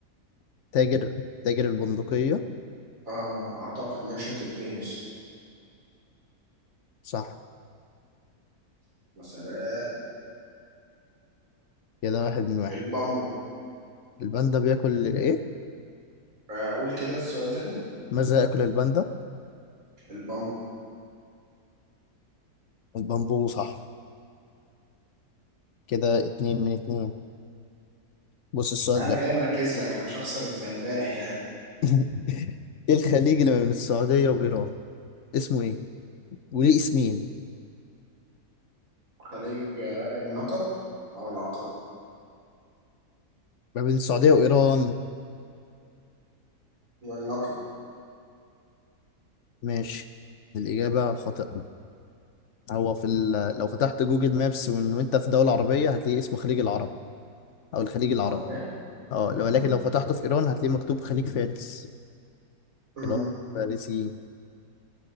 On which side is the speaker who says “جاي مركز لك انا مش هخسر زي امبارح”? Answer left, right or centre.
Right